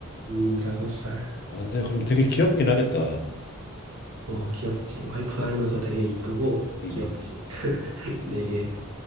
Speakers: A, on the right; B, on the left.
A: 음, 다섯 살.
B: 아, 근데 그럼 되게 귀엽긴 하겠다.
A: 어, 귀엽지. 와이프 닮면서 되게 이쁘고
B: 음,
A: 귀엽지. <laughs> 근데 이게